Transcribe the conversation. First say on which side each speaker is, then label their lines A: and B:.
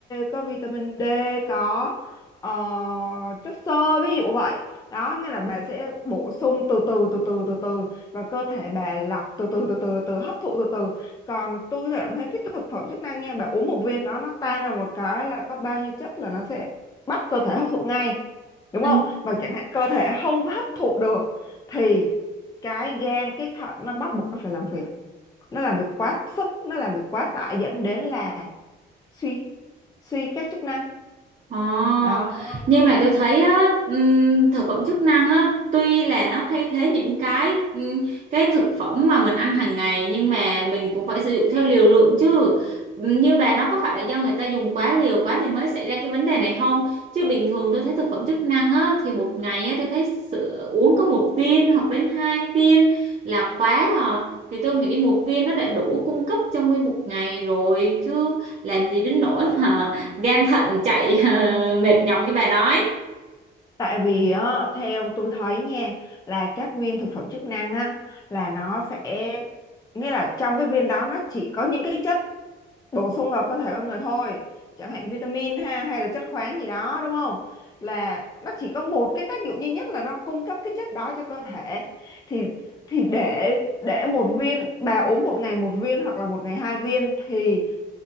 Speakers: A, on the left (about 20°); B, on the right (about 35°).
A: có vitamin D, có ờ, chất xơ ví dụ vậy. Đó nghĩa là bà sẽ bổ sung từ từ từ từ từ từ và cơ thể bà lọc từ từ từ từ từ hấp thụ từ từ. Còn tôi cảm thấy cái thực phẩm chức năng nha, bà uống một viên đó nó tan ra một cái là có bao nhiêu chất là nó sẽ bắt cơ thể hấp thụ ngay đúng
B: Ừ.
A: không mà chẳng hạn cơ thể không có hấp thụ được thì cái gan cái thận nó bắt buộc nó phải làm việc nó làm việc quá sức nó làm việc quá tải dẫn đến là suy suy các chức năng
B: Ồ,
A: đó
B: nhưng mà tôi thấy á, ừm, thực phẩm chức năng á, tuy là nó thay thế những cái ừm, cái thực phẩm mà mình ăn hàng ngày nhưng mà mình cũng phải sử dụng theo liều lượng chứ. Ừm, Như bà nói có phải là do người ta dùng quá liều quá thì mới xảy ra cái vấn đề này không? Chứ bình thường tôi thấy thực phẩm chức năng á, thì một ngày á, tôi thấy sữa, uống có một viên hoặc đến hai viên là quá à. Thì tôi nghĩ một viên nó đã đủ cung cấp trong nguyên một ngày rồi chứ làm gì đến nỗi mà gan thận chạy <laughs> mệt nhọc như bà nói
A: tại vì á, theo tôi thấy nha là các viên thực phẩm chức năng á là nó sẽ nghĩa là trong cái viên đó nó chỉ có những cái chất bổ sung vào cơ thể con người thôi chẳng hạn vitamin ha hay là chất khoáng gì đó đúng không là nó chỉ có một cái tác dụng duy nhất là nó cung cấp cái chất đó cho cơ thể thì thì để để một viên bà uống một ngày một viên hoặc là một ngày hai viên thì